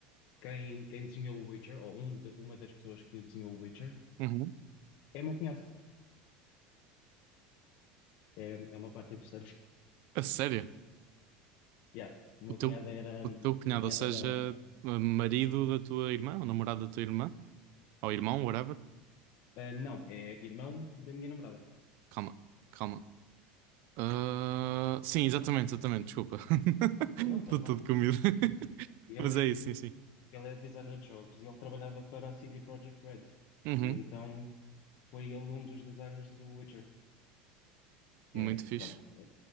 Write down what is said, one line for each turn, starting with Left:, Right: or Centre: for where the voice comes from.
Left: quem, quem desenhou o Witcher, ou um de- uma das pessoas que desenhou o Witcher,
Right: Uhum.
Left: é o meu cunhado. É, é uma parte interessante. <laughs>
Right: A sério?
Left: Yeah, o meu
Right: O teu,
Left: cunhado era.
Right: o teu cunhado,
Left: O meu cunhado
Right: ou seja,
Left: era.
Right: eh, marido da tua irmã, ou namorado da tua irmã, ou irmão, whatever.
Left: ah, não, é irmão da minha namorada.
Right: Calma, calma. Ah, sim, exatamente, exatamente, desculpa. <laughs>
Left: Não, não
Right: Estou
Left: faz mal.
Right: todo comido. <laughs>
Left: Ele
Right: Mas é isso,
Left: é,
Right: sim, sim.
Left: ele é designer de jogos e ele trabalhava para a CD Projekt Red.
Right: Uhum.
Left: E então foi ele um dos designers do Witcher, que
Right: Muito
Left: é,
Right: fixe.
Left: pronto, é